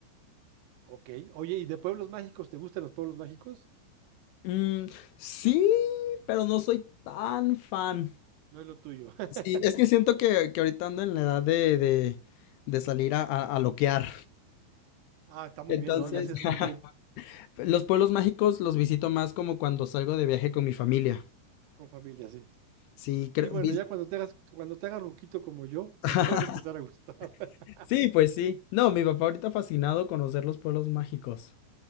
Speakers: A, on the right; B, on the left.
A: Ok, oye, ¿y de pueblos mágicos? ¿Te gustan los pueblos mágicos?
B: Mm, sí, pero no soy tan fan.
A: No es lo tuyo. <laughs>
B: Sí, es que siento que, que ahorita ando en la edad de, de, de salir a, a, a loquear.
A: Ah, está muy
B: Entonces,
A: bien, ¿no? Ya haces
B: <laughs>
A: muy bien
B: los pueblos mágicos los visito más como cuando salgo de viaje con mi familia.
A: con familia, sí.
B: Sí, creo.
A: Sí, bueno,
B: vis-
A: ya cuando te hagas, cuando te hagas ruquito como yo,
B: <laughs>
A: ya te van a empezar a gustar. <laughs>
B: Sí, pues sí. No, mi papá ahorita fascinado conocer los pueblos mágicos.